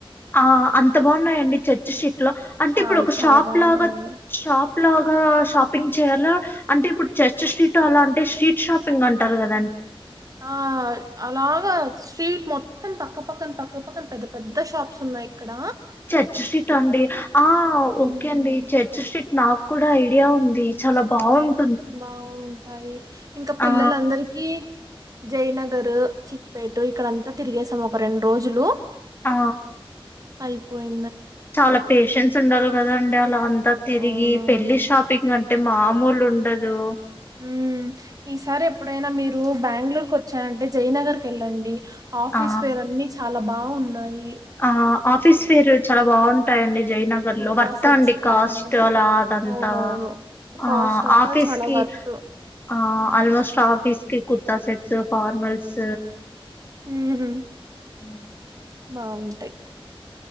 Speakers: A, on the left; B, on the right.
A: ఆ అంత బాగున్నాయండి చర్చ్ షీట్ లో అంటే
B: చాలా
A: ఇప్పుడు ఒక
B: చాలా
A: షాప్
B: బాగున్నాయి.
A: లాగా షాప్ లాగా షాపింగ్ చేయాల అంటే ఇప్పుడు చర్చ్ స్ట్రీట్ అలా అంటే స్ట్రీట్ షాపింగ్ అంటారు కదా
B: ఆ అలాగా స్వీట్ మొత్తం పక్కపక్కన పక్క పక్కన పెద్ద పెద్ద షాప్స్ ఉన్నాయి ఇక్కడ
A: చర్చ్ స్ట్రీట్ అండి ఆ
B: హ్మ్.
A: ఓకే అండి చర్చ్ స్ట్రీట్ నాకు కూడా ఐడియా ఉంది చాలా బావుంద్
B: బాగుంటాయి ఇంకా పిల్లల
A: ఆ
B: అందరిక జయ్ నగరు చిక్పేట్ ఇక్కడ అంతా తిరిగేసామ్ ఒక రెండు రోజులు
A: ఆ
B: అయిపోయి
A: చాలా పేషన్స్ ఉండాలి కదా అండి అ లా అంతా తిరిగి
B: అవునవును.
A: పెళ్లి షాపింగ్ అంటే మామూలు ఉండదు
B: ఉమ్ ఈసారి ఎప్పుడైనా మీర్ రు బ్యాంగ్ళూరుకి వచ్చానంటే జయ్ నగర్ కి ఎళ్ళండి ఆఫీస్
A: ఆ
B: వేర్ అన్ని చాలా బాగున్నాయి
A: ఆ ఆఫీస్ ఫేర్ చాలా బావుంటాయ అండి జై నగర్
B: కుర్తా
A: లో వర్తా
B: సెట్స్
A: అండి
B: కానీ
A: కాస్ట్ అలాదంతా
B: అవునవును.
A: ఆ
B: కాస్ట్ అంతా
A: ఆఫీస్
B: చాలా
A: కి
B: వర్త్.
A: ఆ ఆల్మోస్ట్ ఆఫీస్ కి కుర్తా సెట్స్ ఫార్మల్స్
B: ఉహు
A: ఉ
B: బావుంటాయి